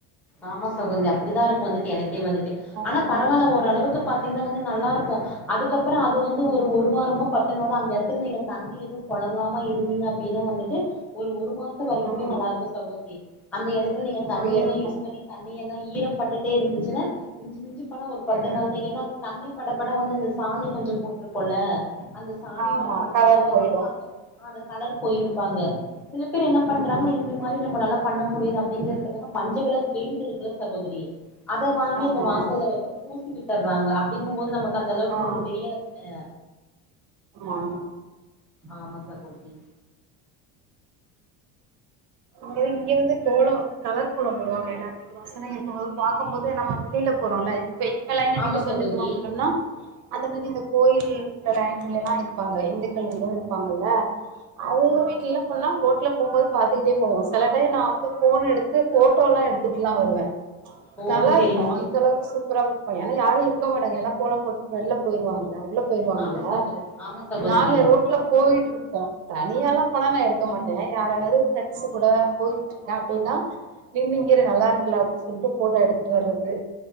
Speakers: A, in the centre; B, on the right (about 50°).
A: ஆமா சகோதரி அப்டிதா இருக்கும் வந்துட்டு எனக்கே வந்துட்டு
B: ஆ
A: ஆனா பரவாயில்ல ஓரளவுக்கு பார்த்த நல்லா இருக்கும் அதுக்கப்பற அது வந்து
B: ம்
A: ஒரு வாரமோ பத்து நாளோ அந்த இடத்துல நீங்க தண்ணி எது போழங்காம இருந்தீங்க அப்டின்னா வந்துட்டு ஒரு ஒரு மாச வரைக்குமே
B: ம்
A: நல்லா இருக்கும் சகோதிரி அந்த இடத்துல நீங்க
B: அப்டியே
A: தண்ணி எல்லா
B: இருக்கு
A: யூஸ் பண்ணி தண்ணி எல்லா ஈரப்பட்டுட்டே இருந்துச்சுன்னா மிஞ்சு மிஞ்சு ஒரு பத்து
B: ம்
A: நாள்தா ஏன்னா அது தண்ணி பட பட வந்து இந்த சாணி கொஞ்ச போட்டுருக்கோல அந்த சாணியோட
B: ஆமா
A: பத்த
B: கலர்
A: எல்லா வந்துட்டு
B: போயிடு
A: அந்த கலர் போயிருும்பாங்க சில பேர் என்ன பண்றாங்கன்னா
B: ம்
A: இந்த மாதிரி நம்மளால பண்ண முடியாது அப்டிங்கறதுக்காக மஞ்ச கலர் பெயிண்ட் இருக்கல சகோதரி அத வாங்கி
B: ஆமா
A: அந்த வாசல வந்து பூசி விட்டுர்றாங்க அப்டிங்கும் போது நமக்கு அந்த அளவுக்கு
B: ஆ
A: நமக்கு தெரியாதுல
B: ஆமா
A: ஆமா சகோதிரி
B: ஏதோ இங்கிருந்து கோல வந்து கலர் கோல போடுவாங்க எல்லாருமே வாசனை இருக்கும் போது இப்ப பார்க்க போது நம்ம வெளியில போறோம்ல இப்ப எங்க லைன்ல
A: ஆமா
B: விட்டு கொஞ்ச
A: சகோதரி
B: தூர போட்டோம்னா அந்த மாரி இந்த கோயில் லைன்ல எல்லா இருப்பாங்க இந்துக்கள் வீடு இருப்பாங்கல்ல அவங்க வீட்லலா சொன்னா ரோட்ல போம் போது பாத்துக்கிட்டே சில டைம் நா வந்து ஃபோன் எடுத்து ஃபோட்டோல்லா எடுத்துட்ல்லா வருவ
A: ஓ
B: நல்லாருக்கு
A: செரிங்க செரி
B: அந்த அளவுக்கு சுப் சூப்பரா போட்டுப்பாங்க ஏனா யாரு இருக்க மாட்டாங்க எல்லா கோல போட்டுட்டு வெளில போயிருவாங்க உள்ளப் போயிருவாங்கல்ல
A: ஆமா சகோ ஆமா சகோதரி
B: நாங்க ரோட்லப் போயிட்டு இருப்போ தனியால்லா போனா நா எடுக்க மாட்டே யாராது ஃபிரண் ஃபிரிண்ட்ஸ் கூட போயிட்டு இருக்கே அப்டினா இங் இங்கிரு நல்லா இருக்குல அப்டினு சொல்லிட்டு ஃபோட்டோ எடுத்து வர்றது